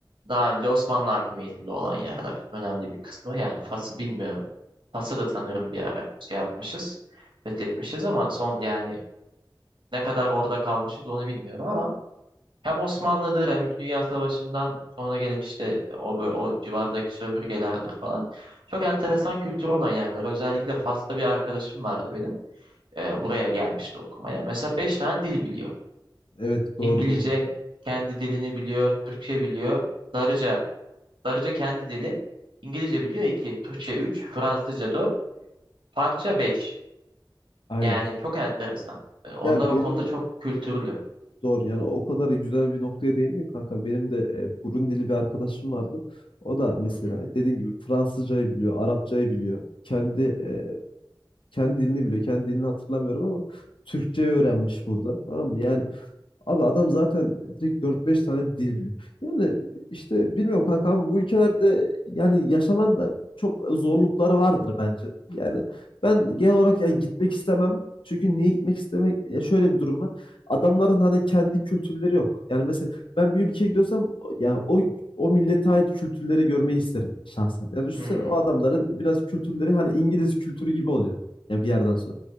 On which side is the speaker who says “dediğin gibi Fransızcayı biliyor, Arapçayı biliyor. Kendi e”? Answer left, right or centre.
Left